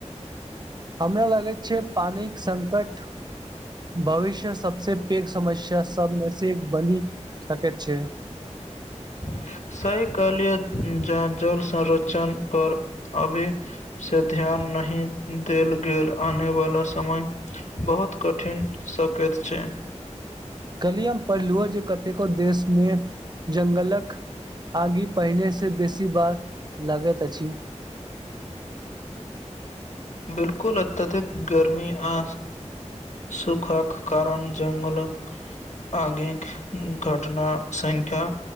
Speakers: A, on the right; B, on the left.
A: हमरा लगैत छै पानिक संकट भविष्य सबसे पैघ समस्या सबमे से एक बनी सकैत छियै
B: <unintelligible> सही कहलिये ज जल संरोचण पर अभी से ध्यान नहि देल गेल आने वाला समय बहुत कठिन सकैत छै <inaudible>
A: कलिय हम पढ़लु जे कतेको देशमे जंगलक आगे पहिनेसँ बेसी बार लगैत अछि
B: बिलकुल अत्यधिक गर्मी आ सुखाक कारण जंगलक आगे घटना संख्या